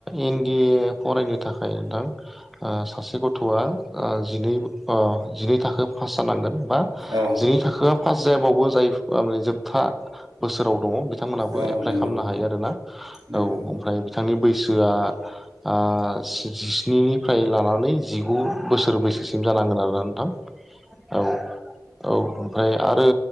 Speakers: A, in the centre; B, on the right.
A: एनडि ए फरायनो थाखाय नोंथां ओ सासे ग थ आ ओ जिनै अ जिनै थाखो पास जानांगोन बा
B: औ
A: जिनै थाखोआ पास जायाबाबो जाय माने जोबथा बोसोराव दङ बिथांमोनहाबो
B: औ
A: एप्लाइ
B: नंगौ
A: खालामनो हायो आरोना
B: नंगौ
A: औ ओमफ्राय बिथांनि बैसोआ ओ जिस्निनिफ्राय लानानै जिगु बोसोर बैसोसिम जानांगोन आरोना नोंथां औ औ ओमफ्राय आरो